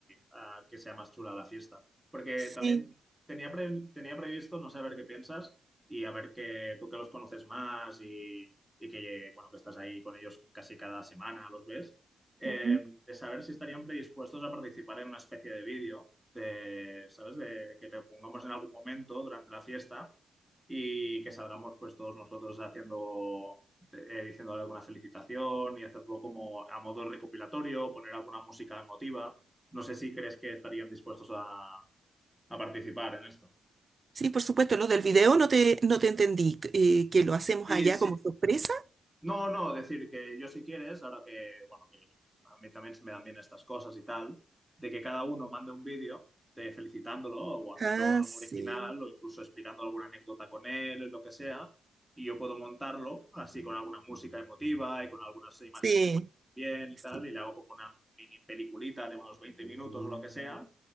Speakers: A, in the centre; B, on the right (about 45°).
A: ah, que sea más chula la fiesta. Porque
B: Sí.
A: también tenía, pre- tenía previsto, no sé, a ver qué piensas y a ver que tú que los conoces más y, y que, bueno, que estás ahí con ellos casi cada semana, los ves, eh,
B: Ujú.
A: de saber si estarían predispuestos a participar en una especie de vídeo de, ¿sabes? De que le pongamos en algún momento durante la fiesta y que salgamos pues todos nosotros haciendo, eh, diciéndole alguna felicitación y hacerlo como a modo recopilatorio, poner alguna música emotiva. No sé si crees que estarían dispuestos a, a participar en esto.
B: Sí, por supuesto, lo del video no te, no te entendí, eh, que lo hacemos
A: Sí,
B: allá
A: sí,
B: como sorpresa.
A: No, no, decir que yo si quieres, ahora que, bueno, que a mí también se me dan bien estas cosas y tal, de que cada uno mande un vídeo de felicitándolo o haciendo
B: Ah,
A: algo
B: sí,
A: original o incluso explicando alguna anécdota con él, lo que sea, y yo puedo montarlo así con alguna música emotiva y con algunas imágenes
B: sí,
A: que tengo bien y
B: sí.
A: tal, y le hago como una mini peliculita de unos 20 minutos o lo que sea,